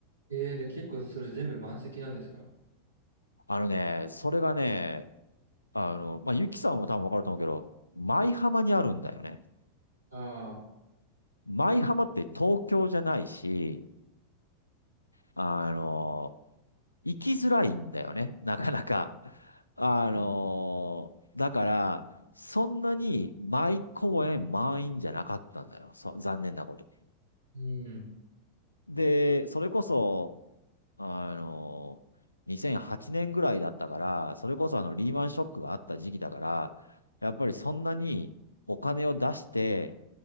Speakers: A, on the right; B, on the left.
A: えーで、結構それ全部満席なんですか
B: あのね、それがね、あの、まあ、ゆきさんも多分わかると思うけど、舞浜にあるんだよね。
A: ああ
B: 舞浜って東京じゃないし、あの、行きづらいんだよね、なかなか。あの、
A: ー、確かに。
B: だから、そんなに舞公演満員じゃなかったんだよ。そ残念なことに。
A: うん。
B: で、それこそ、あの、2008年ぐらいだったから、それこそあのリーマンショックがあった時期だから、やっぱりそんなにお金を出して、
A: うん